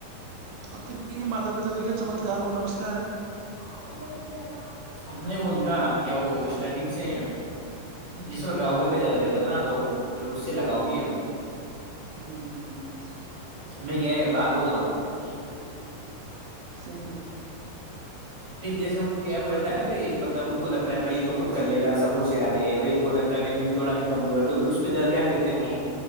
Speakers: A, on the right; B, on the right.
A: اور پھر کہ یہ ماتا پتا تو کیا چمتکار کو نمسکار ہے
B: یہ ب ج گا <unintelligible> نہیں وہ ان کا کیا وہ اسٹارٹنگ سے جس پرگاؤ گھر پہ زیادہ رہتا تھا نا تو اس سے لگاؤ بھی ہے
A: ہوں ہوں ہوں
B: میں کیا ہے باہر <inaudible>
A: صی ہے
B: پھر جیسے ان کو کیا ہو رہتا تھا نا کہ ایک مطلب ان کو لگتا ہے بائی یہ تو خود کر لےا سب ہوشیار ہے اور ایک وہ لگتا ہے بائی نیوتھوڑا کمزور ہے تو اس پہ زیادہ دھیان دیتے ہیں وہ